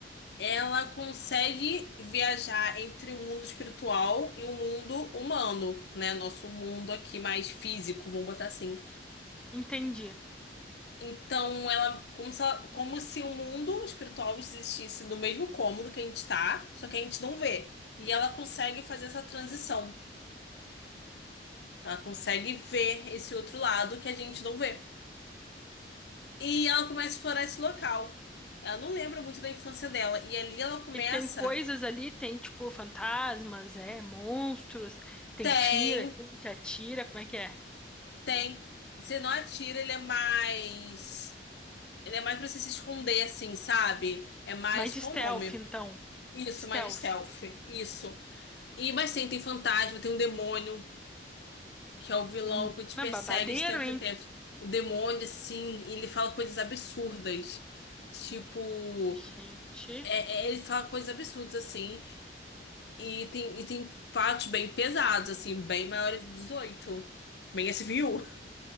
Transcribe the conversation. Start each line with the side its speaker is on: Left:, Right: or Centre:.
Left: Ela consegue viajar entre o mundo espiritual e o mundo humano, né? Nosso mundo aqui mais físico, vamos botar assim.
Centre: Entendi.
Left: Então, ela, como se, ela- como se o mundo espiritual existisse no mesmo cômodo que a gente tá, só que a gente não vê. E ela consegue fazer essa transição. Ela consegue ver esse outro lado que a gente não vê. E ela começa a explorar esse local. Ela não lembra muito da infância dela. E ali ela começa.
Centre: E tem coisas ali, tem tipo fantasmas, é, monstros, tem
Left: Tem,
Centre: tira, tem te atira, como é que é?
Left: tem. Você não atira, ele é mais. Ele é mais pra você se esconder, assim, sabe? É mais.
Centre: Mais de
Left: Qual
Centre: stealth,
Left: o nome?
Centre: então.
Left: Isso,
Centre: Stealth.
Left: mais de stealth. Isso. E, mas sim, tem fantasma, tem um demônio, que é o vilão
Centre: Menina,
Left: que te persegue
Centre: babadeiro,
Left: de tempos
Centre: hein?
Left: em tempos. O demônio, assim, ele fala coisas absurdas. Tipo,
Centre: Gente.
Left: é, é, ele fala coisas absurdas, assim. E tem, e tem fatos bem pesados, assim, bem maiores de 18. Bem SVU. <laughs>